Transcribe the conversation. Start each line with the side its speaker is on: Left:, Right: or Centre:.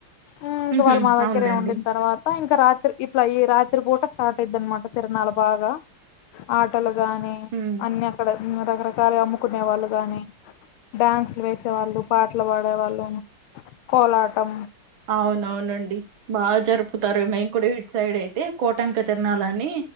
Left: ఊమ్ ఇంక
Right: హుహు.
Left: వాళ్ మా దగ్గరే
Right: అవునులెండి.
Left: ఉండిన్ తర్వాత త ఇంక రాత్రి ఇట్ల ఈ రాత్రి పూట స్టార్ట్ అయిద్ధి అన్మాట తిర్నాల బాగా ఆటల గానీ
Right: హ్మ్.
Left: అన్ని అక్కడె ఉ రకరకాలుగ అమ్ముకునె వాళ్ళు గానీ డాన్సులు వేసే వాళ్ళు పాట్లు పాడే వాళ్ళు కోలాటం
Right: అవునవునండి బా జరుపుతారు మేం కూడ ఇట్ సైడె ది కోటంక తిర్నాలని